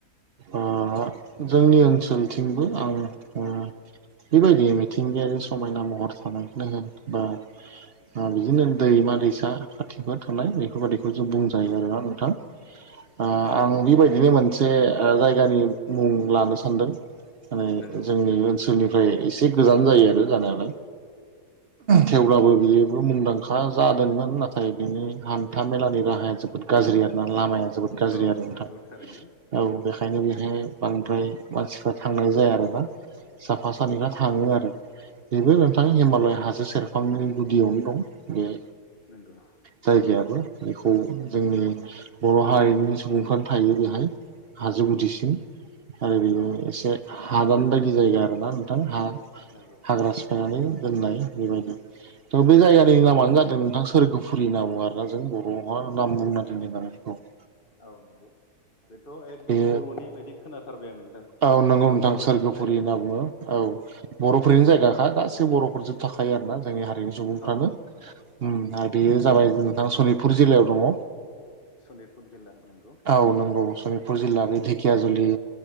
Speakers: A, on the right; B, on the left.
A: ओ जोंनि ओनसोलथिंबो आं उम बेबायदि मिथिंगायारि समायना महर थानायखौनो होन बा ओ बिदिनो दैमा दैसा खाथि खाला थानाय बेफोरबायदिखौ जों बुंजायो आरोना नोंथां ओ
B: औ
A: आं बेबायदिनो मोन से ओ जायगानि मुं लानो सानदों माने
B: नंगौ
A: जोंनि ओनसोलनि फ्राय एसे गोजान जायो आरो जानायालाय थेवब्लाबो बियोबो मुंदां खा जादोंमोन नाथाय बिनि हान्था मेलानि राहाया जोबोद गाज्रि आरोना लामाया जोबोद गाज्रि
B: औ
A: आरो नोंथां
B: नंगौ थारैनो
A: औ बेखायनो बेहाय बांद्राय मानसिफ्रा थांनाय जाया आरोना साफा सानैफ्रा थाङो आरो। बेबो नोंथां
B: नंगौ
A: हिमालय हाजो सेरफांनि गुदियावनो दं बे
B: नंगौ।
A: जायगायाबो बेखौ जोंनि बर' हारिनि सुबुंफ्रानो थायो बेहाय हाजो गुदिसिम आरो बेनि
B: औ
A: एसे हादान बायदि जायगा आरोना नोंथां हा
B: नंगौ
A: हाग्रा सिफायनानै दोननाय बेबायदि थ' बे जायगानि नामानो जादों नोंथां सोरगोफुरि होनना बुङो आरोना जों बर'हा
B: सोरगोफुरि
A: नाम बुंना दोननाय न बेखौ <inaudible>
B: औ नंगौ बेथ' एकदम
A: बेयो
B: बर'नि बायदि खोनाथारबाय आं नोंथां।
A: औ नंगौ
B: बर'फोरनि
A: नोंथां सोरगोफुरि
B: जायगा
A: होनना बुङो औ। बर'फोरनिनो जायगाखा गासै बर'फोर जोब थाखायो आरोना जोंनि हारिनि सुबुंफ्रानो
B: औ
A: उम आरो बेयो जाबाय नोंथां सनितपुर जिल्लायाव दङ।
B: सनितपुर जिल्ला नोंगौ
A: औ नंगौ सनितपुर जिल्ला बे ढेकियाजुलि